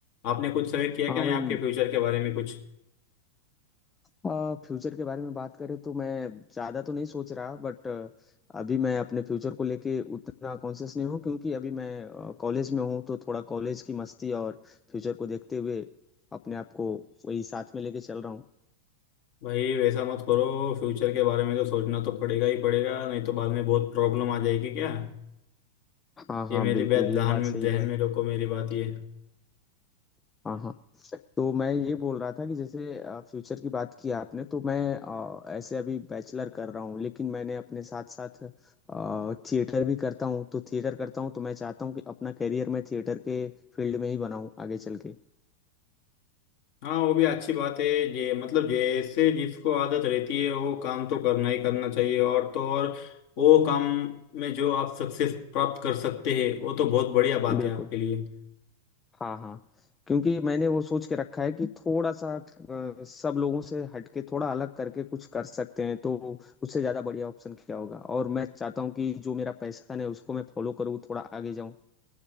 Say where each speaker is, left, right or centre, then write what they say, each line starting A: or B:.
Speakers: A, on the left (about 45°); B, on the left (about 15°).
A: आपने कुछ सेलेक्ट किया क्या
B: हाँ
A: नहीं
B: भाई
A: आपके फ्यूचर के बारे में कुछ
B: आ, फ्यूचर के बारे में बात करें तो मैं ज़्यादा तो नहीं सोच रहा बट अभी मैं अपने फ्यूचर को लेके उतना कॉन्शियस नहीं हूँ क्योंकि अभी मैं कॉलेज में हूँ तो थोड़ा कॉलेज की मस्ती और फ्यूचर को देखते हुए अपने आप को वही साथ में लेके चल रहा हूँ
A: भाई वैसा मत करो फ्यूचर के बारे में तो सोचना तो पड़ेगा ही पड़ेगा नहीं तो बाद में बहुत प्रॉब्लम आ जाएगी क्या
B: हाँ हाँ
A: ये मेरी
B: बिल्कुल
A: बात
B: ये
A: ध्यान
B: बात
A: में
B: सही
A: ध्यान
B: है
A: में रखो मेरी बात ये
B: हाँ हाँ तो मैं ये बोल रहा था कि जैसे फ्यूचर की बात की आपने तो मैं अ, ऐसे अभी बैचलर कर रहा हूँ लेकिन मैंने अपने साथ साथ थिएटर भी करता हूँ तो थिएटर करता हूँ तो मैं चाहता हूँ कि अपना करियर मैं थिएटर के फील्ड में ही बनाऊँ आगे चल के
A: हाँ वो भी अच्छी बात है जे मतलब जैसे जिसको आदत रहती है वो काम तो करना ही करना चाहिए और तो और वो काम में जो आप सक्सेस प्राप्त कर सकते हैं वो तो बहुत बढ़िया बात
B: बिल्कुल
A: है आपके लिए
B: हाँ हाँ क्योंकि मैंने वो सोच के रखा है कि थोड़ा सा अ, सब लोगों से हटके थोड़ा अलग करके कुछ कर सकते हैं तो उससे ज़्यादा बढ़िया ऑप्शन क्या होगा और मैं चाहता हूँ कि जो मेरा पैशन है उसको मैं फॉलो करूँ थोड़ा आगे जाऊँ